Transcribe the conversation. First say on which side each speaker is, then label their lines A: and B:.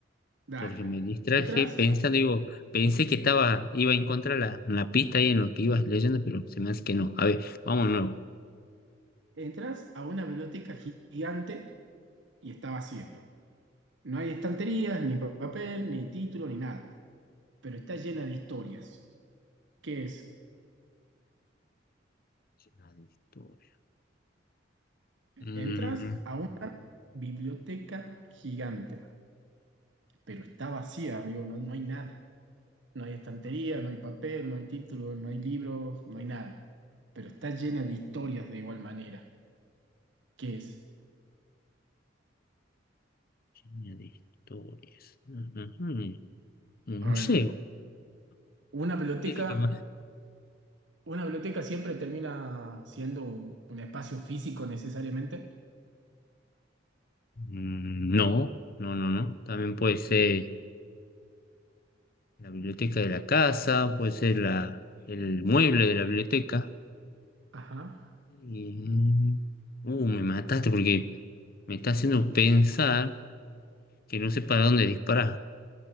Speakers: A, on the right; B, on the left.
A: Dar.
B: porque me distraje
A: Entras,
B: pensando, digo, pensé que estaba, iba a encontrar la, la pista ahí en lo que ibas leyendo, pero se me hace que no. A ver, vamos de nuevo.
A: entras a una biblioteca gi- gigante y está vacía. No hay estanterías, ni papel, ni título, ni nada, pero está llena de historias. ¿Qué es?
B: Llena de historia. Mm,
A: Entras a biblioteca gigante, pero está vacía, amigo, no, no hay nada. No hay estantería, no hay papel, no hay títulos, no hay libros, no hay nada. Pero está llena de historias de igual manera. ¿Qué es?
B: llena de historias. Ujú. Un
A: A
B: museo.
A: ver, una biblioteca,
B: Dice que más.
A: una biblioteca siempre termina siendo un, un espacio físico necesariamente.
B: Mm, no, no, no, no. También puede ser la biblioteca de la casa, puede ser la, el mueble de la biblioteca.
A: Ajá.
B: Y, mm, uh, me mataste porque me está haciendo pensar que no sé para dónde disparar.